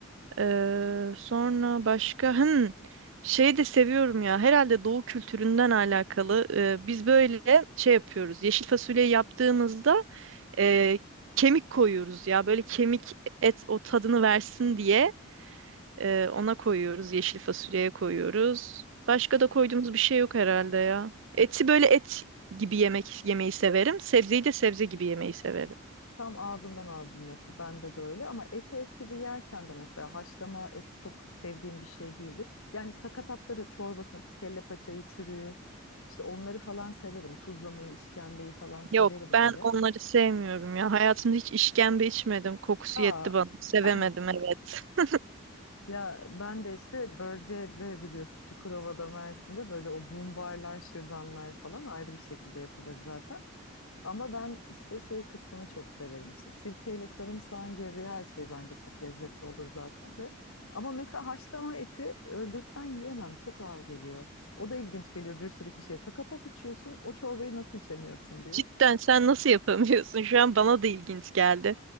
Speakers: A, on the right; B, on the left.
A: Ee, sonra başka hmm, şey de seviyorum ya. Herhalde doğu kültüründen alakalı. Ee, biz böyle şey yapıyoruz. Yeşil fasulyeyi yaptığımızda e, kemik koyuyoruz ya. Böyle kemik et o tadını versin diye e, ona koyuyoruz. Yeşil fasulyeye koyuyoruz. Başka da koyduğumuz bir şey yok herhalde ya. Eti böyle et gibi yemek yemeyi severim. Sebzeyi de sebze gibi yemeyi severim.
B: Tam ağzımdan aldın lafı. Bende de öyle ama eti et gibi yerken de mesela haşlama et çok sevdiğim bir şey değildir. Yani sakatatları, çorbasını, kelle paçayı, çürüğü işte onları falan severim. Tuzlamayı, işkembeyi falan severim
A: Yok
B: öyle.
A: ben onları sevmiyorum ya. Hayatımda hiç işkembe içmedim. Kokusu
B: Aa
A: yetti bana. Sevemedim
B: <clears throat> <laughs>
A: evet. <laughs>
B: Ya ben de işte bölgede biliyorsun Çukurova'da, Mersin'de böyle o boom barlar, şırdanlar falan ayrı bir şekilde yapılır zaten. Ama ben işte şey kısmını çok severim işte sirkeyle sarımsağın girdiği her şey bence çok lezzetli olur zaten de. Ama mesela haşlama eti öldürsen yiyemem çok ağır geliyor. O da ilginç geliyor bir sürü kişiye. Sakatat içiyorsun o çorbayı nasıl içemiyorsun diye.
A: Cidden sen nasıl yapamıyorsun? Şu an bana da ilginç geldi.